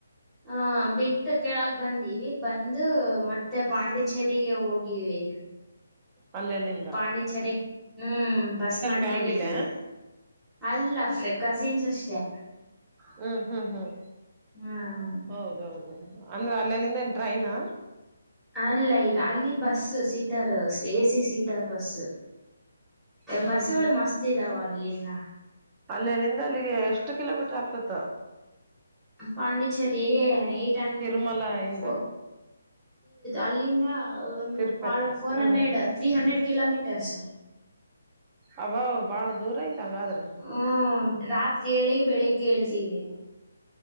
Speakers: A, in the centre; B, on the right (about 25°).
A: ಹಹ ಬಿಟ್ಟು ಕೆೇಳಕ್ ಬಂದೀವಿ ಬಂದು ಮತ್ತೆ ಪಾಂಡಿಚೇರಿಗೆ ಹೋಗಿವಿ
B: ಅಲ್ಲ ಅಲ್ಲಿ
A: ಪಾಂಡಿಚರಿಗ್ ಹ್ಮ್ ಬಸ್ ಮಾಡ್ಕೊಂಡಿದ್ವಿ
B: ಫ್ಯಾಮಿಲ
A: ಅಲ್ಲ ಅಫ್ರೆ ಕಸಿನ್ಸ್ ಅಷ್ಟೇ
B: ಹ್ಮ್ ಹ್ಮ್ ಹ್ಮ್
A: ಹ್ಮ್
B: ಹೌದೌದು ಅಂದ್ರೆ ಅಲ್ಲಲ್ಲಿಂದ ಏನ್ ಟ್ರೈನಾ
A: ಅಲ್ಲ ಇಲ್ಲ ಅಲ್ಲಿ bus seater A C seater bus
B: ಹ್ಮ್
A: ಬಸ್ಗಳು ಮಸ್ತ್ ಇದಾವ ಅಲ್ಲಿಂದ
B: ಅಲ್ಲಿ ನಿಂದ ಅಲ್ಲಿಗೆ ಎಷ್ಟು ಕಿಲೋಮೀಟರ್ ಆಗ್ತತ್ತು
A: ಪಾಂಡಿಚೇರಿ ಎಏಟ್ ಅಂಡ
B: ತಿರುಮಲ ಇಂದ
A: ಫೋರ್ ಅಲ್ಲಿಂದ ಒಂದ
B: ತಿರುಪತಿ
A: ಫೋರ್
B: ಹ್ಮ್
A: ಹಂಡ್ರೆಡ್ ತ್ರೀ ಹಂಡ್ರೆಡ್ ಕಿಲೋಮೀಟರ್ಸ್
B: ಅವ ಭಾಳ ದೂರ ಐತ ಹಂಗಾದ್ರೆ
A: ಹ್ಮ್ ರಾತ್ರಿ ಹೇಳಿ ಬೆಳಿಗ್ಗೆ ಹೇಳ್ತೀವಿ